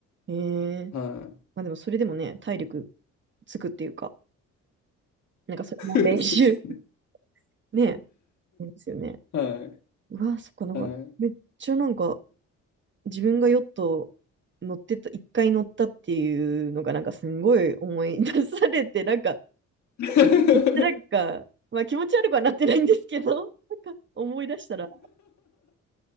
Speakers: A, on the right; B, on the left.
A: えー。
B: は
A: まあでもそれでもね、体力つくっていうか、なんかそれも練習。
B: い。<laughs> そうですね。
A: <laughs> ねえ、ですよね。
B: はい。
A: うわ、そっか、なんか、
B: はい。
A: めっちゃなんか、自分がヨット乗ってた、一回乗ったっていうのが、なんかすんごい思い出されて、なんか、
B: <laughs>
A: めっちゃなんか、まあ気持ち悪くはなってないんですけど、なんか思い出したら、